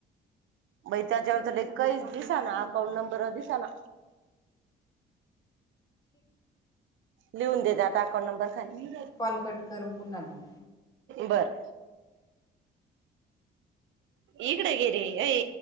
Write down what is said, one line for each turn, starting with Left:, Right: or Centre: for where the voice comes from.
Right: मई त्याच्यावर तर लईच काहीच दिसंना. अकाउंट नंबरवर दिसंना. लिहून दे ते आता अकाउंट नंबर. खाली.
Left: कॉल कट कर अन् पुन्हा लाव.
Right: बरं. इकडं ये रे अई.